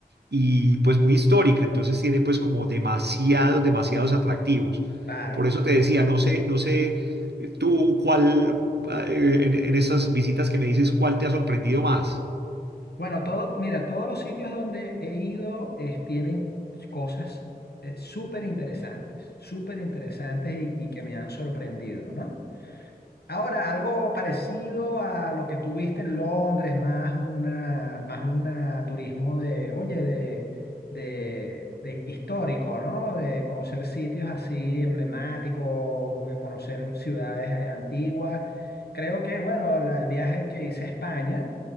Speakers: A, on the right; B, on the left.
A: y pues muy histórica, entonces tiene pues como demasiados, demasiados atractivos.
B: Claro.
A: Por eso te
B: claro.
A: decía, no sé, no sé eh, tú cuál ah, eh, en, en esas visitas que me dices, cuál te ha sorprendido más.
B: Bueno, todo, mira, todos los sitios donde he ido eh, tienen cosas eh, súper interesantes, súper interesantes y, y que me han sorprendido, ¿no? Ahora, algo parecido a lo que tú viste en Londres, más una, más una turismo de, oye, de, de, de histórico, ¿no? De conocer sitios así emblemáticos, de conocer ciudades eh, antiguas. Creo que, bueno, la- el viaje que hice a España,